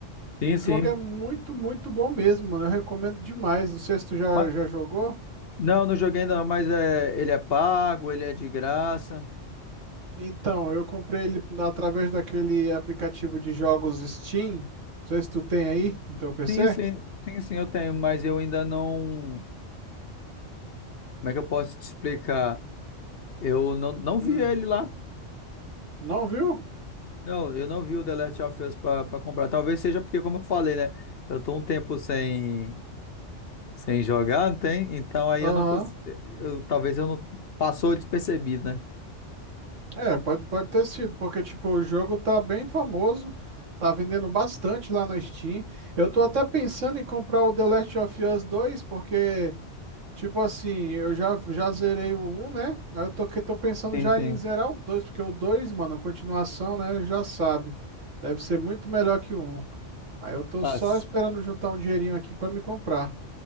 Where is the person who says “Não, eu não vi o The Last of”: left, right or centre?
Left